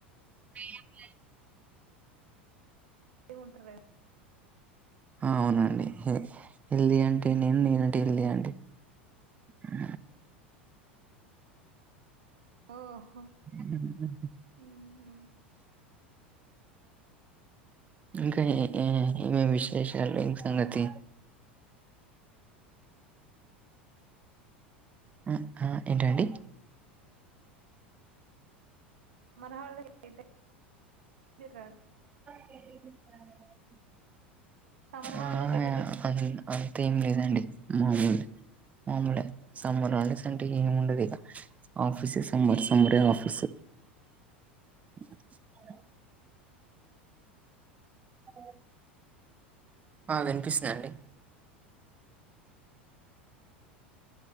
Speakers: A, on the right; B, on the right.
A: బియ్యం లేదు
B: ఏమింటారు
A: అవునండి ఎల్ది అంటే నేను నేనంటే ఎల్ది అండి ఆ
B: ఓహో
A: లేనట్టే
B: ఉహు
A: ఇంక ఏ ఏ ఏమెమి విశేసాలు ఇంక నతి అ ఆ ఏంటండి?
B: మనహళ్ళ ఇతిత్తే నిర్దా
A: ఏం కాలేదండి
B: సమ్మర్
A: ఆ
B: హాలిడేస్ ఎటెళ్ళి
A: అ అన్ అంతే ఏం లేదండి మాములే మాములే సమ్మర్ హాలిడేస్ అంటే ఏము ఉండదు ఇక ఆఫీస్ సమ్మర్ సమ్మర్ ఆఫీసు మర్చిపోయా అ ఏ ఆ వినిపిస్తుందండి